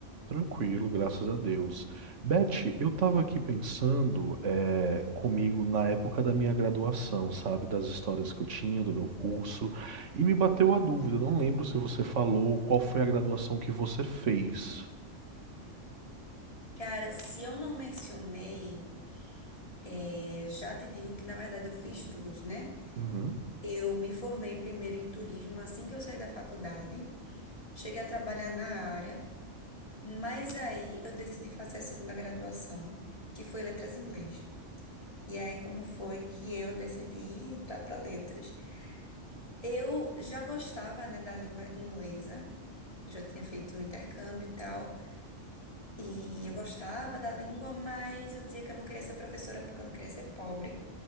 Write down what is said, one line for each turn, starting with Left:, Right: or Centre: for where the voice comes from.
Right: Tranquilo, graças a Deus. Beth, eu tava aqui pensando eh, comigo na época da minha graduação, sabe? Das histórias que eu tinha, do meu curso, e me bateu a dúvida, eu não lembro se você falou qual foi a graduação que você fez.
Left: Cara, se eu não mencionei, eh, já te digo que na verdade eu fiz duas, né?
Right: Uhum,
Left: Eu me formei primeiro em turismo assim que eu saí da faculdade. Cheguei a trabalhar na área, mas aí eu decidi fazer a segunda graduação, que foi letras em inglês. E aí, como foi que eu decidi entrar para letras? Eu já gostava, né, da língua inglesa, eu já tinha feito um intercâmbio e tal. E eu gostava da língua, mas eu dizia que eu não queria ser professora porque eu não queria ser pobre.